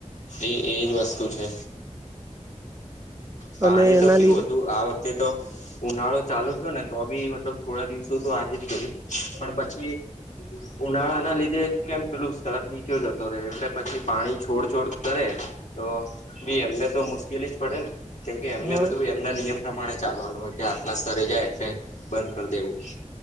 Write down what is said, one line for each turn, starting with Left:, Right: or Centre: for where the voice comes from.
Left: એ એજ વસ્તુ છે પાણી
Right: અને
Left: તો
Right: એના
Left: કેવું
Right: લીધે
Left: હતું આ વખતે તો ઉનાળો ચાલુ થયો ને તો બી મતલબ થોડા દિવસો તો આ જ ગયું પણ પછી ઉનાળા ના લીધે જ કેમ પેલું સ્તર નીચો જતો રહેે એટલે પછી પાણી છોડછોડ કરે તો બી એમને તો મુશ્કેલી જ પડે ને કેમકે એમને
Right: હ
Left: બધું એમના નિયમ પ્રમાણે ચાલવાનું હોય કે આપના સ્તરે જાય એટલે બંધ કરી દેવું